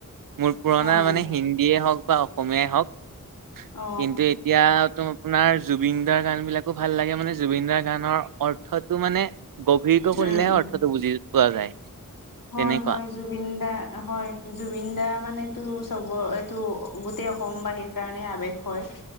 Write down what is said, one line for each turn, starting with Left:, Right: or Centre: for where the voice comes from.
Right: মোৰ পুৰণা
Left: হয়
Right: মানে হিন্দীয়ে হওঁক বা অসমীয়াই হওঁক।
Left: অ
Right: কিন্তু এতিয়া তোমা আপোনাৰ জুবিন দাৰ গান বিলাকো ভাল লাগে মানে জুবিনদাৰ গানৰ অৰ্থটো মানে গভীৰকৈ কৰিলেহে
Left: উম উম
Right: অৰ্থটো বুজি পোৱা যায়।
Left: হয়,
Right: তেনেকুৱা
Left: হয়। জুবিন দা হয়, জুবিন দা মানটো চ'ব এইটো গোটেই অসমবাহীৰ কাৰণে আৱেগ হয়।